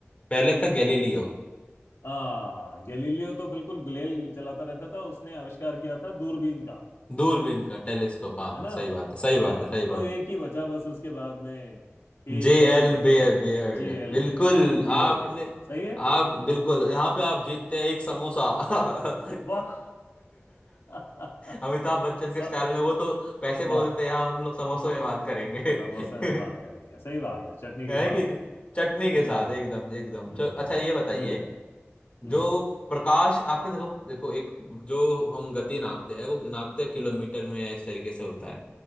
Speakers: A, on the left; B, on the left.
A: पहले था गैलीलियो
B: हाँ गैलीलियो तो बिल्कुल गुलेल चलाता रहता था उसने आविष्कार किया था दूरबीन का
A: दूरबीन का टेलीस्कोप हाँ
B: है ना
A: सही बात है सही
B: हाँ
A: बात है सही
B: तो
A: बात
B: एक ही बचा बस उसके बाद में A
A: जे एल
B: L
A: बे
B: Baird
A: बेयर्ड
B: J L
A: बिल्कुल
B: Baird हाँ जे
A: आपने
B: एल बेयर्ड सही है
A: आप बिल्कुल यहाँ पे आप जीतते हैं एक समोसा <laughs>
B: वाह <laughs>
A: अमिताभ बच्चन
B: स-
A: के स्टाइल में वो तो पैसे बोलते
B: वाह
A: हैं हाँ, हम लोग समोसों में बात करेंगे
B: समोसे में
A: <laughs>
B: बात करेंगे सही बात है चटनी
A: है
B: के साथ
A: कि नहीं चटनी के
B: हम्म
A: साथ एकदम एकदम
B: हम्म
A: चल- अच्छा ये बताइए
B: बिल्कुल हम्म
A: जो प्रकाश आपने देखो देखो एक जो हम गति नापते हैं वो नापते हैं किलोमीटर में या इस तरीके से होता है